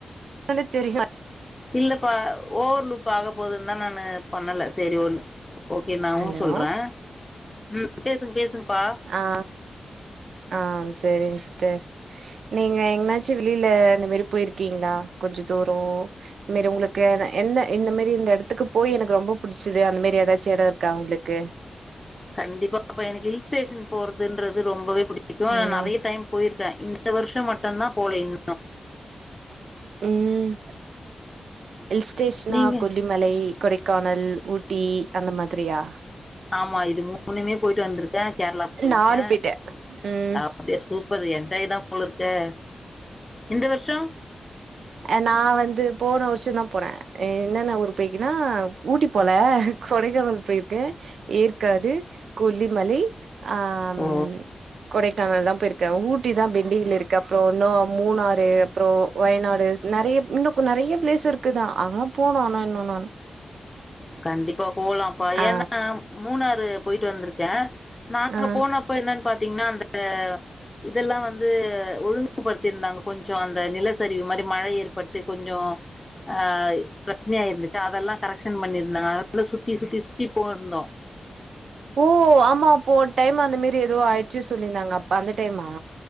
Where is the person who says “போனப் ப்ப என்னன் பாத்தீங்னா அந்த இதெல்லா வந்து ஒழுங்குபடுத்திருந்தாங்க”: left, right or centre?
Left